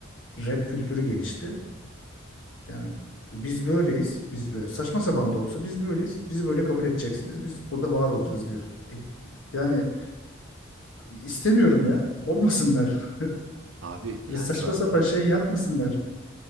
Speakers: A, on the left (about 65°); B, on the right (about 65°).
A: rap kültürü gelişti. Yani biz böyleyiz. Biz böyle saçma sapan da olsa biz böyleyiz. Bizi böyle kabul edeceksiniz. Biz burada var olacağız diyor. E, Yani İstemiyorum ya. Olmasınlar.
B: Abi yani
A: Böyle saçma
B: zaten
A: sapan şey yapmasınlar.